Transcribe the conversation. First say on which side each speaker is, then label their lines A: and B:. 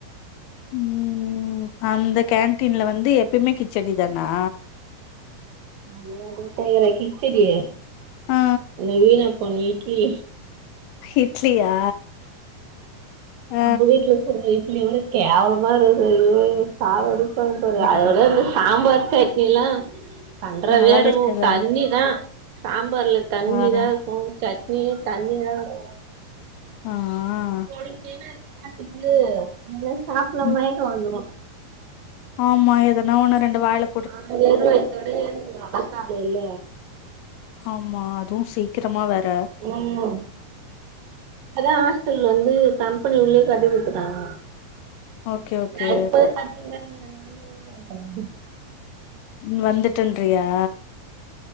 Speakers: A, on the left; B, on the right.
A: ம் ம் அந்த கேன்டீன்ல வந்து எப்பயுமே கிச்சடி தானா
B: ஐயோ அது ஏயே கேக்குற கிச்சடி
A: ஆ
B: இந்த விணா போன இட்லி
A: இட்லியா ஆ
B: நம்ம வீட்ல சுட்ற இட்லியோட கேவலமா இருக்குது ஐயோ சாவடிப் குடுப்பாங்கு பாரு
A: ஐயோ!
B: அதோட அந்து சாம்பார் சட்னி எல்லா கண்றாவியா
A: நல்லாவே
B: இருக்கு
A: இருக்காதா
B: தண்ணி நா சாம்பார்ல தண்ணி
A: காரோ
B: தா இருக்கு சட்னில தண்ணி தா இருக்கு
A: ஆ ஆ
B: கொடுக்கைல சாப்ட்டுட்டு சாப்பல்ல
A: ம்
B: மயக்கொ வந்துரு
A: ஆமா எதனா ஒன்னு ரெண்டு வாய்ல
B: ஆ வெறும் வய்த்தோடு எழுந்துருவ காலேல
A: ஆமா அது சீக்கரமா வேற
B: ஆமா அதா ஹாஸ்டல்ல வந்து கம்பனி உள்ளயே கட்டி குடுத்துட்டாங்க
A: ஓகே ஓகே
B: நடுத்தர கட்டிருந்தாங்க <unintelligible>
A: ம் வந்துட்டன்றயா